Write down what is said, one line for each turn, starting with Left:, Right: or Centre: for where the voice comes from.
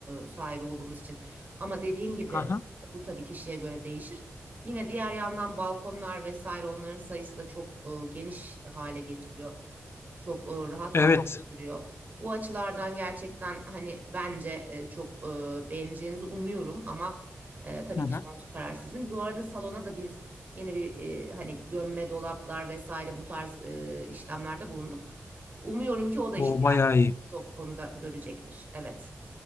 Right: sahibi olduğumuz için. Ama dediğim gibi
Left: Aha.
Right: bu tabii kişiye göre değişir. Yine diğer yandan balkonlar vesaire onların sayısı da çok e, geniş hale getiriyor çok e, rahat
Left: Evet.
Right: hale
Left: iyi.
Right: getiriyor. Bu açılardan gerçekten hani bence e, çok e, beğeneceğinizi umuyorum ama e, tabii
Left: Hı hı.
Right: ki son karar sizin. Bu arada salona da biz yeni bir e, hani gömme dolaplar vesaire bu tarz e, işlemlerde bulunduk. Umuyorum ki o da ihtiyacı
Left: O bayağı iyi.
Right: çok konuda görecektir. Evet.